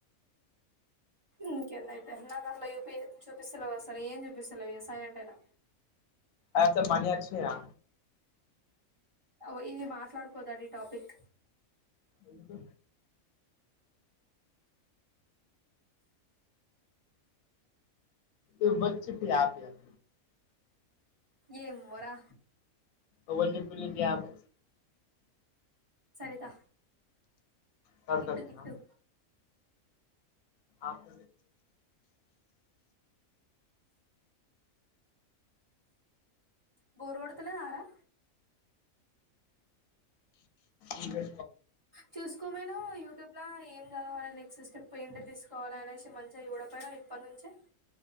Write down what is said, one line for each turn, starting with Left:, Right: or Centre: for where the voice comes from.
Right: ఇంకేన్నైతే నాక్ అట్ల చూపియ చూపిస్తలేవ్ అసల్ ఏం చూపిస్తలేవ్ ఇగ సైలెంట్ అయిన
Left: ఆన్సర్ మనీ అచ్చినయా.
Right: ఆ ఓ ఇది మాట్లాడుకోదడి టాపిక్
Left: ఎందు ఏ బచ్చీ పియా పియా థ
Right: ఏంమ్మోరా
Left: ఎవ్వల్ చెప్పిల్లు నీకి ఈ యాపు
Right: సరిత
Left: సరతక్కానా
Right: కిట్టు కిట్టు
Left: ఆహ్
Right: బోరుగోడుతున్నాదారా
Left: ఇంకా
Right: చూస్కోమేను యూట్యూబ్లా ఏం జదవాల నెక్స్ట్ స్టెప్ ఏంటి తీస్ కోవాలనేసి మన్ చెయ్ చూడపోయిన ఇప్పన్నుంచి